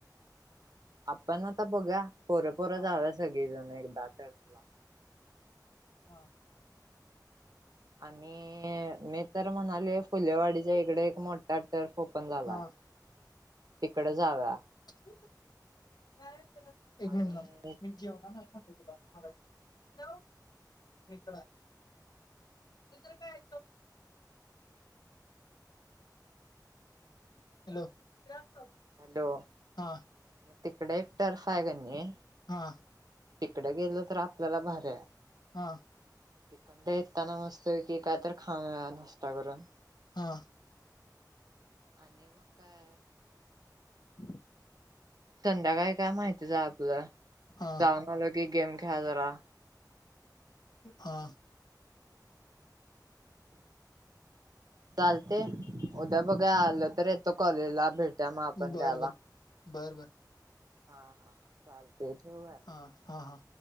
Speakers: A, on the right (about 60°); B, on the left (about 70°).
A: आपण आता बघुया, पोरं-पोरं
B: हा
A: जाऊया सगळी जण एकदा ट्रिपला.
B: हा.
A: आणि मी तर म्हणालो फुलेवाडीच्या इकडे एक मोठा टर्फ ओपन झाला,
B: हा
A: तिकडं जाऊया.
B: <inaudible> एक
A: आणि
B: मिनट थांब. मी जेवणार नाही सांगतोय तुला. आवाज, हॅलो. मित्रा येतोय काय? हॅलो. <unintelligible>
A: हॅलो,
B: हा
A: मग तिकडे एक टर्फ आहे का नि
B: हा.
A: तिकडे गेले तर आपल्याला भाऱ्या
B: हा.
A: तिकडणं येताना मस्त पैकी काय तर खाऊया नाश्ता गरम.
B: हा.
A: आणि मग काय
B: <inaudible>
A: संध्याकाळी काय माहितीचं हे आपलं,
B: हा
A: जाऊन आलं की गेम खेळा जरा.
B: हा.
A: चालतय, उद्या बघा आलं तर येतो कॉलेजला भेट त्यांना पण
B: बर
A: घाला.
B: बर बर बर
A: हा-हा चालतं ठेऊ
B: हं, हा-हा.